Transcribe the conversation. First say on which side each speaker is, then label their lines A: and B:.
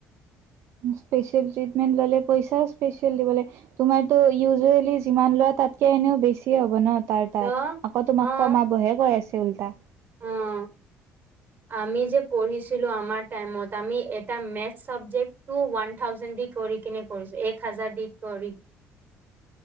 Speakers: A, on the right; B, on the right.
A: স্পেচিয়েল ট্ৰিটমেন্ট ল'লে পইচাও স্পেচিয়েল দিব লাগে তোমাৰটো ইউজুৱেলি যিমান লোৱা তাতকে এনেও বেছি হ'ব ন তাৰ তাত
B: ত
A: আকৌ তোমাক
B: অ',
A: কমাবহে কৈ আছে উল্টা
B: অ', আমি যে পঢ়িছিলোঁ আমাৰ টাইমত আমি এটা মেথ চাবজেক্ট টো ওৱান থাউজেণ্ড দি কৰি কিনে কৰিছো এক হাজাৰ দি কৰি